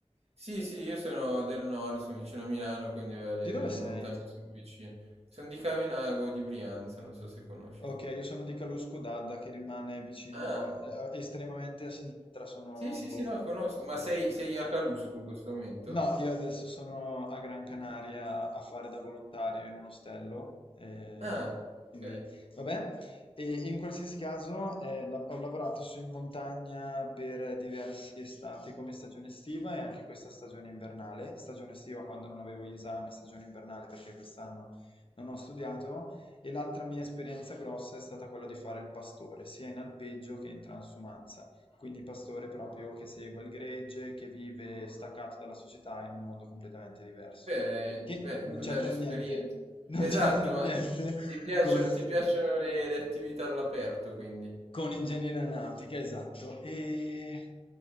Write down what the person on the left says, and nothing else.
Di dove
sei?
Ok, io sono di Calù Scodadda che rimane vicino,
eh, estremamente a sinistra, sono...
boh.
No, io adesso sono a Gran Canaria a fare da volontario in un ostello, eh,
quindi
vabbè. E in qualsiasi caso eh, la- ho lavorato su in montagna per diversi estati come stagione estiva e anche questa stagione invernale, stagione estiva quando non avevo gli esami, stagione invernale perché quest'anno non ho studiato e l'altra mia esperienza grossa è stata quella di fare il pastore, sia in alpeggio che in transumanza, quindi pastore proprio che segue il gregge, che vive staccato dalla società in un mondo completamente diverso,
che
non
c'entra
niente, non
c'entra
niente
con
con ingegneria aeronautica, esatto. E